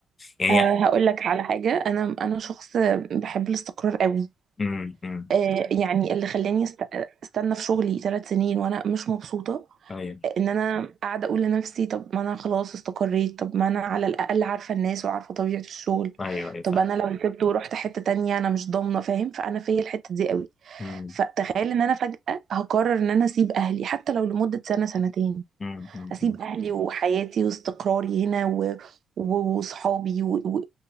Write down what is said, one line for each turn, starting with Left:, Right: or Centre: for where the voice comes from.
Left: يعني
Right: أه هقول لك على حاجة أنا أنا شخص بحب الاستقرار قوي
Left: امم امم
Right: أه يعني اللي خلاني است- استنى في شغلي ثلاث سنين وأنا مش مبسوطة
Left: أيوه
Right: إن أنا قاعدة أقول لنفسي طب ما أنا خلاص استقريت طب ما أنا على الأقل عارفة الناس وعارفة طبيعة الشغل
Left: أيوه أيوه
Right: طب
Left: فاهم
Right: أنا لو سبت ورحت حتة تانية أنا مش ضامنة فاهم فأنا فيا الحتة دي قوي
Left: امم
Right: فتخيل إن أنا فجأة هقرر إن أنا أسيب أهلي حتى لو لمدة سنة سنتين
Left: امم أمم.
Right: هسيب اهلي وحياتي واستقراري هنا و... و- وصحابي و... و...